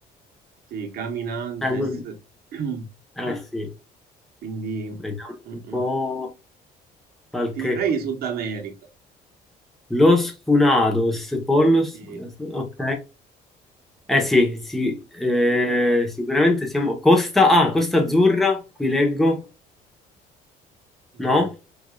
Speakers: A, on the right; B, in the centre.
A: sì, Caminantes,
B: Eh, non-
A: <clears throat>
B: eh, sì,
A: quindi mm,
B: vediamo un po'
A: mm.
B: qualche...
A: Ti direi Sud America,
B: Los Funados, Pollos,
A: sì,
B: ok. Eh sì, sì, eh, sicuramente siamo... Costa, ah, Costa Azzurra, qui leggo,
A: Mm,
B: no?